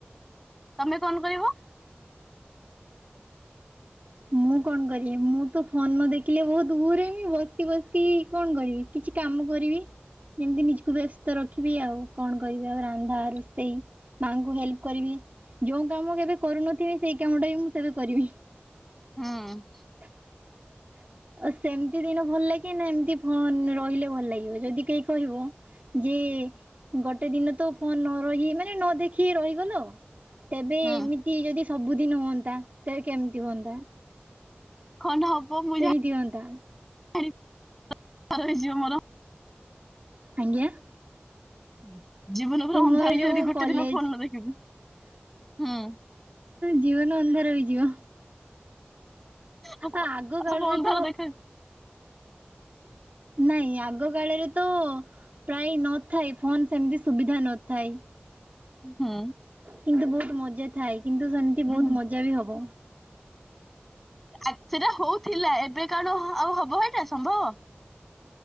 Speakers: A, in the centre; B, on the right.
A: ତମେ କଣ କରିବ?
B: ମୁଁ କଣ କରିବି। ମୁଁ ତ ଫୋନ ନ ଦେଖିଲେ ବହୁତ ବୋର୍ ହେମି ବସି ବସି କଣ କରିବି। କିଛି କାମ କରିବି। ଯେମିତି ନିଜକୁ ବ୍ୟସ୍ତ ରଖିବି ଆଉ କଣ କରିବି ଆଉ ରାନ୍ଧା ରୋଷେଇ। ମାଆଙ୍କୁ ହେଲ୍ପ କରିବି। ଯୋଉ କାମ କେବେ କରୁନଥିମି ସେଇ କାମ ଟା ବି ମୁଁ ସେବେ କରିମି।
A: ହୁଁ।
B: <inaudible> ସେମିତି ଦିନ ଭଲ ଲାଗେ ନା ଏମିତି ଫୋନ ରେ ରହିଲେ ଭଲ ଲାଗିବ ଯଦି କେହି କହିବ ଯେ ଗୋଟେ ଦିନ ତ ଫୋନ ନ ରହି ମାନେ ନ ଦେଖି ରହିଗଲ। ତେବେ
A: ହୁଁ
B: ଏମିତି ଯଦି ସବୁଦିନ ହୁଅନ୍ତା ତେବେ କେମିତି ହୁଅନ୍ତା?
A: କଣ ହବ ମୁଁ
B: କେମିତି
A: ଜାଣି
B: ହୁଅନ୍ତା
A: <unintelligible> ମୋର।
B: ଆଜ୍ଞା?
A: ହୁଁ। ଜୀବନ ପୁରରେ
B: ତୁମର
A: ଅନ୍ଧାର ହେଇ ଯିବ
B: ଯୋଉ
A: ଯଦି ଗୋଟେ
B: କଲେଜ
A: ଦିନ ଫୋନ ନ ଦେଖିବି ହୁଁ।
B: ଜୀବନ ଅନ୍ଧାର ବି ଯିବ?
A: ହଁ
B: ଆଗ କାଳରେ
A: ସବୁ ଅନ୍ଧାର
B: ତ
A: ହୁଁ।
B: ନାଇଁ ଆଗ କାଳରେ ତ ପ୍ରାୟ ନଥାଇ ଫୋନ ସେମିତି ସୁବିଧା ନଥାଏ।
A: ହୁଁ
B: କିନ୍ତୁ ବହୁତ ମଜା ଥାଏ କିନ୍ତୁ ସେମିତି ବହୁତ
A: ହୁଁ
B: ମଜା ବି ହବ।
A: <unintelligible> ସେଟା ହଉଥିଲା। ଏବେ କଣ ଆଉ ହବ ଏଇଟା ସମ୍ଭବ?